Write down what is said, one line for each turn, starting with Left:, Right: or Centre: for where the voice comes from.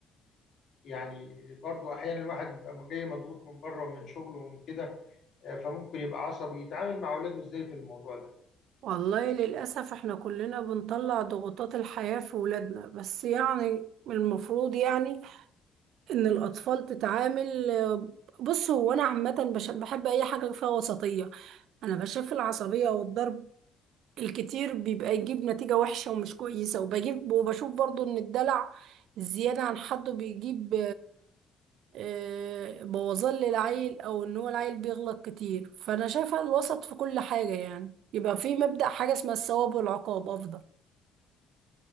Left: يعني برضو احيانا الواحد بيبقى جاي مضغوط من بره ومن شغله ومن كده آه، فممكن يبقى عصبي يتعامل مع اولاده ازاي في الموضوع ده
Right: والله للأسف احنا كلنا بنطلع ضغوطات الحياة في ولادنا بس يعني المفروض يعني ان الأطفال تتعامل بص هو أنا عامة بش- بحب أي حاجة فيها وسطية أنا بشوف العصبية والضرب الكتير بيبقى يجيب نتيجة وحشة ومش كويسة وبجيب وبشوف برضو ان الدلع الزيادة عن حده بيجيب آه، بوظان للعيل او ان هو العيل بيغلط كتير فانا شايفه الوسط في كل حاجه يعني يبقى في مبدأ حاجه اسمها الثواب والعقاب افضل